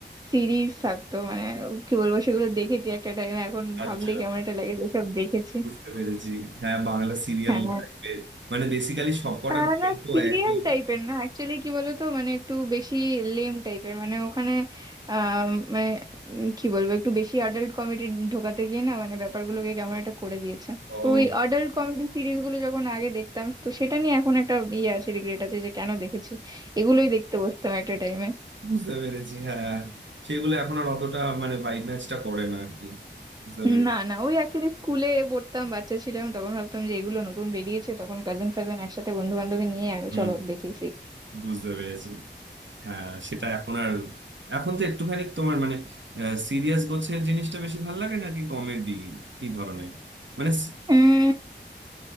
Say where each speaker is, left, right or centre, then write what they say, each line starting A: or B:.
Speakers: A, on the right; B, on the right.
A: সিরিজ থাকতো মানে কি বলবো সেগুলো দেখেছি একটা টাইমে এখন
B: আচ্ছা
A: ভাবলে কেমন একটা লাগে ওসব দেখেছি
B: বুঝতে পেরেছি হ্যাঁ বাংলা সিরিয়াল
A: হ্যাঁ
B: টাইপের মানে বেসিক্যালি সবকটা
A: আহ,
B: গল্প
A: না সিরিয়াল
B: একই
A: টাইপের না অ্যাকচুয়ালি কি বলতো মানে একটু বেশি লেম টাইপের মানে ওখানে আম, মানে উম, কি বলবো একটু বেশি অ্যাডাল্ট কমেডি ঢোকাতে গিয়ে না মানে ব্যাপারগুলোকে কেমন একটা করে দিয়েছে
B: ও
A: তো ওই অ্যাডাল্ট কমেডি সিরিজগুলো যখন আগে দেখতাম তো সেটা নিয়ে এখন একটা ইয়ে আছে রিগ্রেট আছে যে কেন দেখেছি এগুলোই দেখতে বসতাম একটা টাইমে
B: বুঝতে পেরেছি হ্যাঁ সেগুলো এখন আর অতটা মানে ভাইব ম্যাচটা করে না আর কি বুঝতে পেরেছি
A: না না ওই অ্যাকচুয়ালি স্কুলে পড়তাম বাচ্চা ছিলাম তখন ভাবতাম যে এগুলো নতুন বেরিয়েছে তখন কাজিন ফাজান একসাথে বন্ধু বান্ধবী নিয়ে আগে
B: হুম
A: চলো দেখি
B: বুঝতে পেরেছি হ্যাঁ সেটা এখন আর এখন তো একটুখানি তোমার মানে সিরিয়াস গোছের জিনিসটা বেশি ভালো লাগে নাকি কমেডি কি ধরনের মানে স-
A: সিরিজ